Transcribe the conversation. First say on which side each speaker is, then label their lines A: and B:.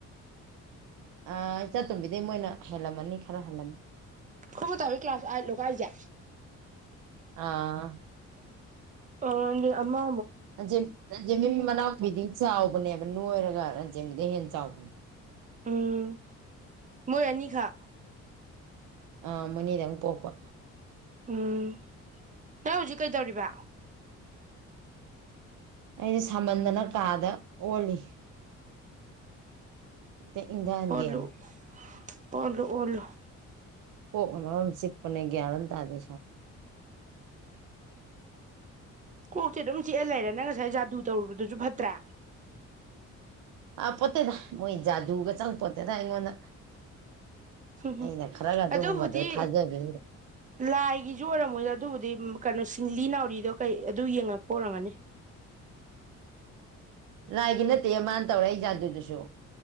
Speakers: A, on the right; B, on the right.
A: ꯑꯥ ꯏꯆꯥꯇꯣꯝꯕꯤꯗꯩ ꯃꯣꯏꯅ ꯍꯦꯜꯂꯝꯃꯅꯤ ꯈꯔ ꯍꯜꯂꯅꯤ
B: ꯈꯣꯏ ꯃꯇꯥꯗꯣ ꯀ꯭ꯂꯥꯁ ꯑꯥꯏꯇ ꯂꯣ ꯀꯥꯏꯖꯦ
A: ꯑꯥ
B: ꯃꯃꯟꯗꯤ ꯑꯃ
A: ꯂꯟꯆꯦꯟ ꯂꯟꯆꯦꯟꯕꯤ ꯃꯅꯥꯎ ꯄꯤꯗꯤ ꯆꯥꯎꯕꯅꯦꯕ ꯅꯣꯏꯔꯒ ꯔꯟꯖꯦꯟꯕꯤꯗꯩ ꯍꯦꯟꯅ ꯆꯥꯎꯕꯅꯦ
B: ꯎꯝ ꯃꯣꯏ ꯑꯅꯤꯈꯥꯛ
A: ꯑ ꯃꯣꯏꯅꯤꯗꯡ ꯄꯣꯛꯄ
B: ꯎꯝ ꯅꯪ ꯍꯧꯖꯤꯛ ꯀꯩꯗꯧꯔꯤꯕ
A: ꯑꯩꯅ ꯁꯥꯃꯟꯗꯅ ꯀꯥꯗ ꯑꯣꯜꯂꯤ ꯇ ꯏꯪꯊꯍꯟꯒꯦꯅ
B: ꯑꯣꯜꯂꯨ ꯑꯣꯜꯂꯨ ꯑꯣꯜꯂꯨ
A: ꯀꯣꯛꯅ ꯃꯔꯣꯝ ꯆꯤꯛꯄꯅꯦ ꯒꯌꯥꯟ ꯑꯝ ꯇꯥꯗꯦ
B: ꯀꯣꯛꯇꯤ ꯑꯗꯨꯝ ꯆꯤꯛꯑ ꯂꯩꯔꯦ ꯅꯪ ꯉꯁꯥꯏ ꯖꯥꯗꯨ ꯇꯧꯔꯨꯕꯗꯨꯁꯨ ꯐꯠꯇ꯭ꯔꯦ
A: ꯑꯥ ꯄꯣꯠꯇꯦꯗ ꯃꯣꯏ ꯖꯥꯗꯨꯒ ꯆꯪ ꯄꯣꯠꯇꯦꯗ ꯑꯩꯉꯣꯟꯗ
B: ꯎꯝ
A: ꯑꯩꯅ ꯈꯔꯒ ꯑꯗꯨꯒꯨꯝꯕꯗꯣ
B: ꯑꯗꯨꯕꯨꯗꯤ
A: ꯊꯥꯖꯕꯤꯅꯤ
B: ꯂꯥꯏꯒꯤꯁꯨ ꯑꯣꯏꯔꯝꯃꯣꯏꯗ ꯑꯗꯨꯕꯨꯗꯤ ꯀꯅꯣ ꯁꯤꯡꯂꯤ ꯅꯥꯎꯔꯤꯗꯣ ꯀꯩ ꯑꯗꯨ ꯌꯦꯡꯉꯛꯄ ꯑꯣꯏꯔꯝꯒꯅꯤ
A: ꯂꯥꯏꯒꯤ ꯅꯠꯇꯦ ꯃꯥꯅ ꯇꯧꯔꯛꯏ ꯖꯥꯗꯨꯗꯨꯁꯨ